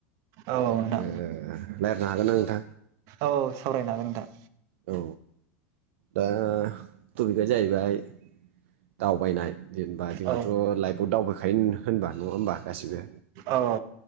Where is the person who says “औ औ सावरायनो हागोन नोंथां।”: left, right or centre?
Right